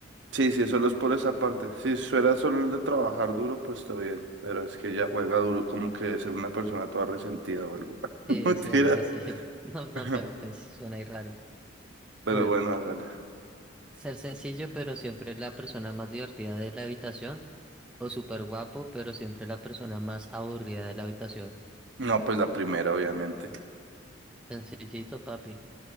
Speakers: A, on the right; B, in the centre.
A: Sí, sí, solo es por esa parte. Si fuera solo el de trabajar duro, pues está bien. Pero es que ya juega duro, como que debe ser una persona toda resentida o algo.
B: Sí,
A: <laughs> Mentira.
B: sí, algo así. <laughs> No, no,
A: <laughs>
B: pero pues suena ahí raro.
A: Pero
B: Bueno,
A: bueno, hágale.
B: ser sencillo, pero siempre la persona más divertida de la habitación. O súper guapo, pero siempre la persona más aburrida de la habitación.
A: No, pues la primera, obviamente.
B: Sencillito, papi.